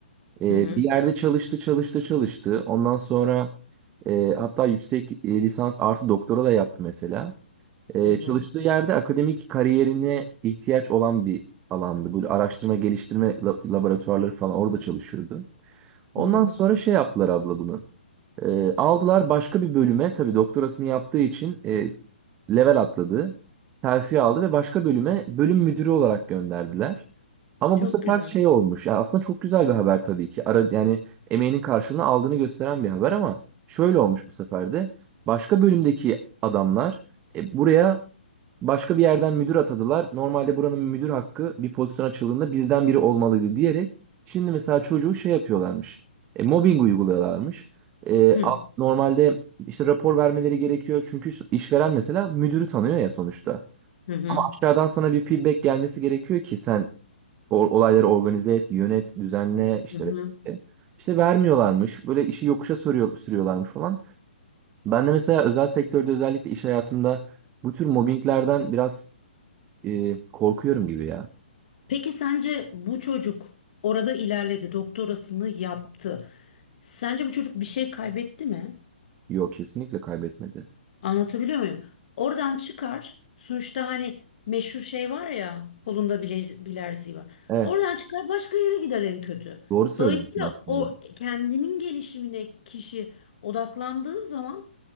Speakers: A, on the right (about 20°); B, on the left (about 55°).
A: E,
B: Hı hı.
A: bir yerde çalıştı çalıştı çalıştı. Ondan sonra e, hatta yüksek e, lisans artı doktora da yaptı mesela. E,
B: Hı hı.
A: çalıştığı yerde akademik kariyerine ihtiyaç olan bir alandı. Bu araştırma geliştirme la- laboratuvarları falan orada çalışıyordu. Ondan
B: Hı hı.
A: sonra şey yaptılar abla bunu. E, aldılar başka bir bölüme tabii doktorasını yaptığı için e, level atladı. Terfi aldı ve başka bölüme bölüm müdürü olarak gönderdiler. Ama
B: Çok
A: bu sefer
B: güzel.
A: şey olmuş. Ya aslında çok güzel bir haber tabii ki. Ara, yani emeğinin karşılığını aldığını gösteren bir haber ama şöyle olmuş bu sefer de. Başka bölümdeki adamlar e, buraya Başka bir yerden müdür atadılar. Normalde buranın müdür hakkı bir pozisyon açıldığında bizden biri olmalıydı diyerek şimdi mesela çocuğu şey yapıyorlarmış. E, mobbing uyguluyorlarmış. E,
B: Hı hı.
A: a- normalde işte rapor vermeleri gerekiyor. Çünkü so, işveren mesela müdürü tanıyor ya sonuçta.
B: Hı hı.
A: Ama aşağıdan sana bir feedback gelmesi gerekiyor ki sen o- olayları organize et, yönet, düzenle işte
B: hı hı.
A: vesaire. İşte vermiyorlarmış. Böyle işi yokuşa sürüyor, sürüyorlarmış falan. Ben de mesela özel sektörde özellikle iş hayatında bu tür mobbinglerden biraz e, korkuyorum gibi ya.
B: Peki sence bu çocuk orada ilerledi, doktorasını yaptı. Sence bu çocuk bir şey kaybetti mi?
A: Yok kesinlikle kaybetmedi.
B: Anlatabiliyor muyum? Oradan çıkar. Sonuçta hani meşhur şey var ya, kolunda bile, bilerziği var.
A: Evet,
B: Oradan çıkar başka yere gider en kötü.
A: doğru söylüyorsun
B: Dolayısıyla
A: aslında.
B: o kendinin gelişimine kişi odaklandığı zaman